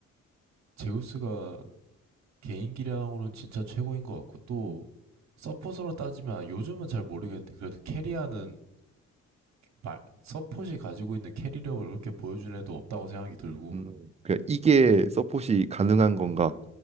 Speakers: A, on the right; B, on the right.
A: 제우스가 개인기량으로는 진짜 최고인 것 같고 또
B: 음.
A: 서폿으로 따지면 아, 요즘은 잘 모르겠는데 그래도 캐리하는 말 서폿이 가지고 있는 캐리력을 그렇게 보여준 애도 없다고 생각이 들고
B: 음. 그냥 이게 서폿이 가능한 건가